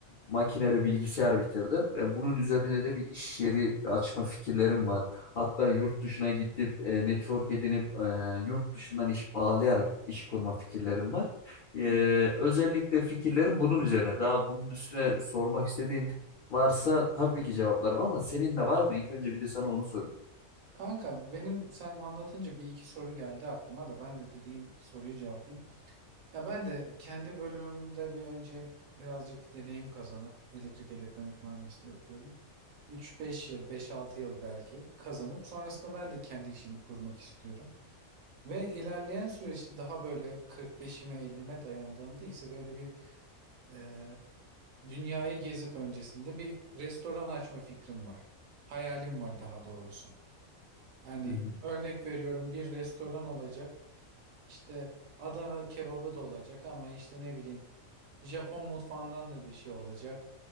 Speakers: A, on the left (about 80°); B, on the right (about 70°).
A: makine ve bilgisayar bitirdim. E, bunun üzerine de bir iş yeri açma fikirlerim var. Hatta yurt dışına gidip e, network edinip e, yurt dışından iş bağlayarak iş kurma fikirlerim var. E,
B: Hmm.
A: özellikle fikirlerim bunun üzerine. Daha bunun üstüne sormak istediğin varsa tabii ki cevaplarım ama senin de var mı? İlk önce bir de sana onu sorayım.
B: Kanka benim sen anlatınca bir iki soru geldi aklıma da ben de dediğin soruyu cevaplayayım. Ya ben de kendi bölümümde bir önce birazcık deneyim kazanıp elektrik elektronik mühendisliği okuyorum. Üç beş yıl, beş altı yıl belki kazanıp sonrasında ben de kendi işimi kurmak istiyorum. Ve ilerleyen süreçte daha böyle 45'ime 50'me dayandığımda ise böyle bir e, dünyayı gezip öncesinde bir restoran açma fikrim var. Hayalim var daha doğrusu. Yani
A: Hı hı.
B: örnek veriyorum bir restoran olacak. İşte Adana kebabı da olacak ama işte ne bileyim Japon mutfağından da bir şey olacak.